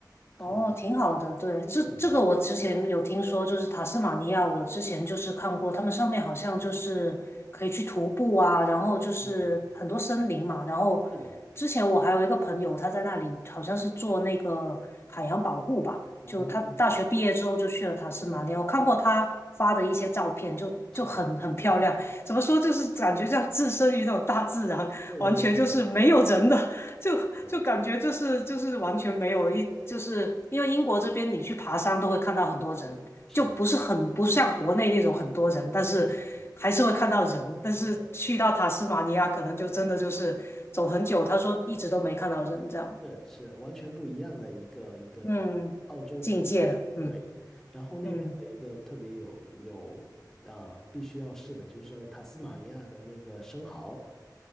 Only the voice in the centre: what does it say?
可能比嗯，
对，
是的，
哦，
是，
对对对
对，
是。
嗯嗯
对，
是是完全不一样的一个一个澳洲本土，
对。然后那边还有一个特别有有啊、
呃必须要试的，就是塔斯马尼亚的那个生蚝，